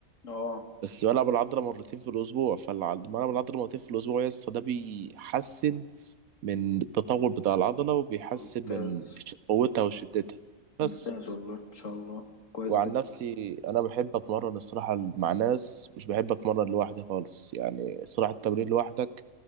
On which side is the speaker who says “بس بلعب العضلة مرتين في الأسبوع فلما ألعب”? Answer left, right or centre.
Right